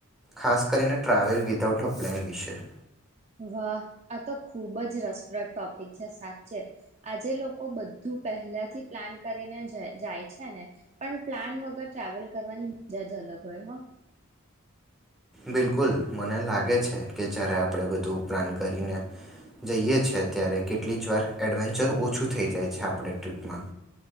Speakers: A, in the centre; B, on the right.
A: ખાસ કરીને ટ્રાવેલ વિદાઉટ અ પ્લેન વિશે
B: વાહ, આ તો ખૂબ જ રસપ્રદ ટોપિક છે. સાચે આજે લોકો બધું પહેલાથી પ્લાન કરીને જાય છે ને, પણ પ્લાન વગર ટ્રાવેલ કરવાની મજા જ અલગ હોય હો.
A: બિલકુલ, મને લાગે છે કે જ્યારે આપણે બધું પ્લાન કરીને જઈએ છે, ત્યારે કેટલી જ વાર એડવેન્ચર ઓછું થઈ જાય છે આપણે ટ્રીપમાં